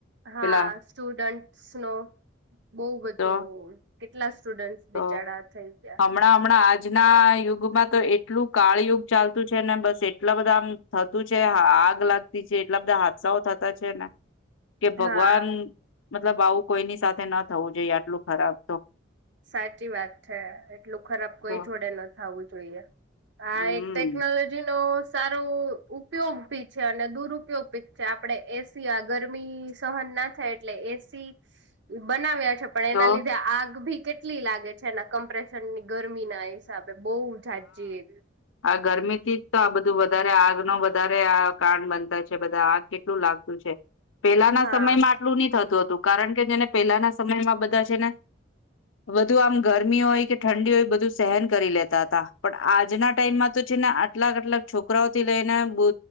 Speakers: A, on the right (about 60°); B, on the left (about 80°).
A: હા
B: પેલા
A: સ્ટુડન્ટસ નો બહ બધું
B: તો
A: કેટલા સ્ટુડન્ટ બિચાર
B: તો
A: થઈ ગયા
B: હમણાં હમણાં આજના યુગમાં તો એટલું કાળ યુગ ચાલતું છે ને બસ એટલા બધા આમ થતું છે આગ લાગતી છે એટલા બધા હાદસાઓ થતા છે ને કે ભગવાન
A: હા
B: મતલબ આવું કોઈની સાથે ન થવું જોઈએ આટલું ખરાબ તો
A: સાચી વાત છે એટલું ખરાબ કોઈ
B: તો
A: જોડે નથી ખાવું જોઈએ. આ
B: હમ
A: એક ટેકનોલોજી નો સારો ઉપયોગ ભી છે અને દુરપયોગી છે આપડે એસી આ ગરમી સહન ના થાય એટલે એસી બનાવ્યા પણ
B: તો
A: એના લીધે આગ ભી કેટલી લાગે છે એના કમ્પ્રેશન ની ગરમી ના હસાબે બહુ જજી એવી
B: ગરમી થી જ તો આ બધું વધારે આગ ન વધારે આ કારણ બનતા છે બધા આગ કેટલું લાગતું છે પેલાના
A: હા
B: સમયમાં આટલું નહ થતું. કારણ કે જેને પેલાના સમયમાં બધા છે ને વધુ આમ ગરમી હોય કે ઠંડી હોય બધું સહેન કરી લેતા હતા. પણ આજના ટાઈમમાં તો છે ને આટલા આટલાક છોકરાઓથી લઈને બ